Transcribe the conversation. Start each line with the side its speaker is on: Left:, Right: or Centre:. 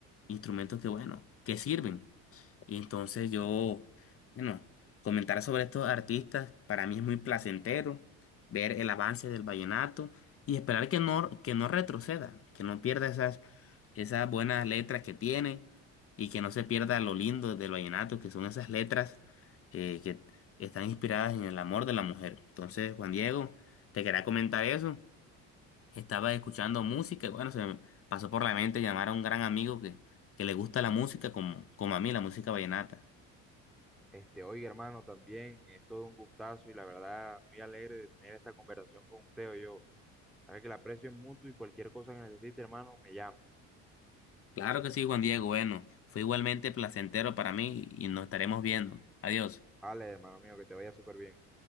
Left: instrumentos que bueno, que sirven. Y entonces yo, bueno, comentar sobre estos artistas para mí es muy placentero ver el avance del vallenato y esperar que no, que no retroceda, que no pierda esas, esas buenas letras que tiene y que no se pierda lo lindo del vallenato, que son esas letras eh, que están inspiradas en el amor de la mujer. Entonces, Juan Diego, te quería comentar eso. Estaba escuchando música y bueno, se me pasó por la mente llamar a un gran amigo que, que le gusta la música como, como a mí, la música vallenata.
Centre: Este, oye, hermano, también es todo un gustazo y la verdad muy alegre de tener esta conversación con usted. Yo, sabe que el aprecio es mutuo y cualquier cosa que necesite, hermano, me llama.
Left: Claro que sí, Juan Diego. Bueno, fue igualmente placentero para mí y nos estaremos viendo. Adiós.
Centre: Vale, hermano mío, que te vaya súper bien.